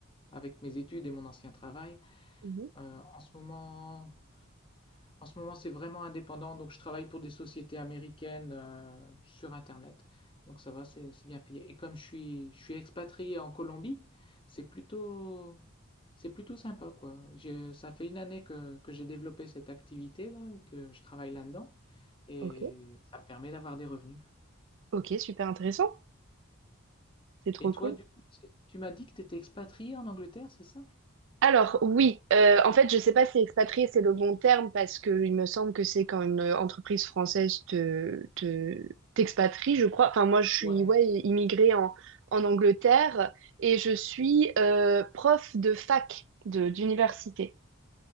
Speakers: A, on the left (about 25°); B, on the right (about 65°).
A: avec mes études et mon ancien travail.
B: Mhm,
A: Euh, en ce moment, En ce moment, c'est vraiment indépendant, donc je travaille pour des sociétés américaines euh, sur Internet. Donc ça va, c'est c'est bien payé. Et comme je suis, je suis expatrié en Colombie, c'est plutôt, c'est plutôt sympa, quoi. Je- ça fait une année que, que j'ai développé cette activité-là, et que je travaille là-dedans, et
B: ok.
A: ça me permet d'avoir des revenus.
B: Ok, super intéressant. C'est trop
A: Et toi,
B: cool.
A: du coup, tu tu m'as dit que tu étais expatrié en Angleterre, c'est ça?
B: Alors oui, euh, en fait, je sais pas si expatrié c'est le bon terme parce que il me semble que c'est quand une euh, entreprise française te, te- t'expatrie, je crois. Enfin, moi, je suis
A: Ouais.
B: ouais, immigrée en, en Angleterre et je suis euh, prof de fac de, d'université.